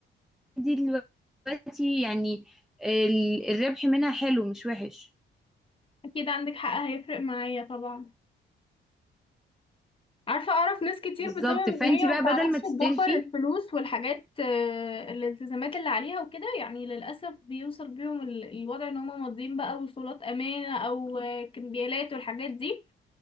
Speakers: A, in the centre; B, on the left.
A: دي دلوقتي يعني ال... الربح منها حلو مش وحش
B: اكيد عندك حق هيفرق معايا طبعا عارفة أعرف ناس كتير
A: بالظبط
B: بسبب إن
A: فانتي
B: هي ما
A: بقى
B: بتعرفش
A: بدل ما تستلفي
B: تدبر الفلوس والحاجات آه، الالتزامات اللي عليها وكده يعني للأسف بيوصل بيهم ال- الوضع إن هما ماضيين بقى وصولات أمانة أو آه، كمبيالات والحاجات دي